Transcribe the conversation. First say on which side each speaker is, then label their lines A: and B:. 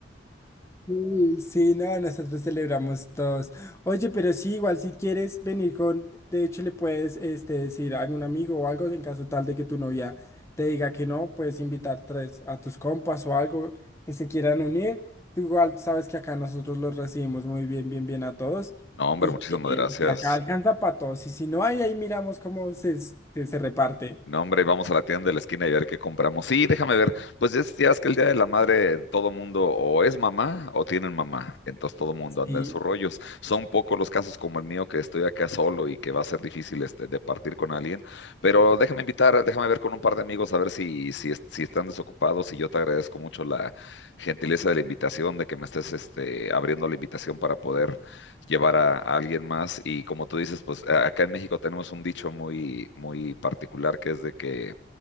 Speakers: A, on the left (about 15°); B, on the left (about 70°).
A: Sí, sí, no, nosotros celebramos todos. Oye, pero sí, igual si quieres venir con, de hecho le puedes este, decir a algún amigo o algo en caso tal de que tu novia te diga que no, puedes invitar tres a tus compas o algo que se quieran unir. Tú igual sabes que acá nosotros los recibimos muy bien, bien, bien a todos
B: No, hombre,
A: y
B: muchísimas
A: que, y
B: gracias.
A: que acá alcanza para todos. Y si no hay, ahí miramos cómo se, se, se reparte.
B: No, hombre, vamos a la tienda de la esquina y a ver qué compramos. Sí, déjame ver. Pues es- ya es que el Día de la Madre todo mundo o es mamá o tienen mamá. Entonces todo mundo anda
A: Sí,
B: en sus rollos. Son pocos los casos como el mío que estoy acá solo y que va a ser difícil este, de partir con alguien. Pero déjame invitar, déjame ver con un par de amigos a ver si, si, es- si están desocupados. Y yo te agradezco mucho la gentileza de la invitación, de que me estés este, abriendo la invitación para poder llevar a, a alguien más. Y como tú dices, pues a- acá en México tenemos un dicho muy, muy particular que es de que,